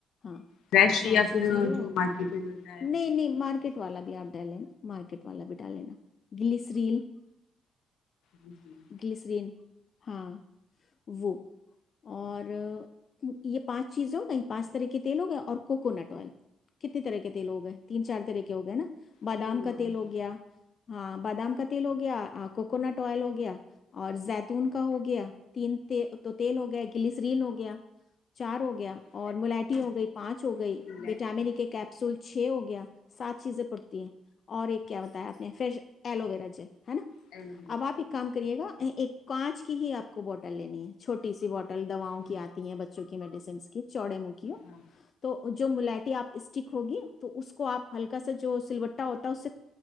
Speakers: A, on the left; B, on the left.
A: ہاں
B: فریش
A: چار
B: یا
A: چیزیں
B: پھر
A: ہی ہوگا
B: جو مارکیٹ میں ملتا ہے وہ
A: نہیں نہیں
B: یوز
A: مارکیٹ
B: کر سکتے
A: والا
B: ہیں
A: بھی آپ ڈال لینا مارکیٹ والا بھی ڈالالینا گلی سریل
B: جی، تین ہاں،
A: گلسرین ہاں وہ اور یہ پانچ چیز ہو گئی پانچ طرح کے تی ہو گئے اور کوکونٹ آئل کتنے طرح کے تیل ہو گئے تین چار طرح کے ہو گئے نا بادام
B: تین
A: کا
B: گئے
A: تیل
B: ہیں
A: ہو گیا ہاں بادام کا تیل ہو گیا کوکونٹ آئل ہو گیا اور زد ون کا ہو گیا تین تو تیل ہو گیا گلی سریل ہو گیا چار ہوگ گیا
B: کا
A: اور ملٹی ہو گئی پانچ ہو گئی
B: الائچی
A: وٹامن کے کیپسول چھ ہو گیا سات چیزیں پڑتی ہیں اور ایک کیا ب تایا اپنے فش ایلو ویرا جل ہے نا
B: ایلوویرا
A: اب آپ ایک کام کریے گا ایک کانچ کی ہی آپ کو بوٹل لینی ہے چوٹی سی بوٹل ٹل دواں
B: جیل
A: کی آتی ب جوک میسنس ک چڑے مکی
B: ہاں
A: تو جو ملٹی آپ اسٹک ہوگی تو اس کو آپ ہلکا سا جو سل بٹا ہوتا ہے اس سے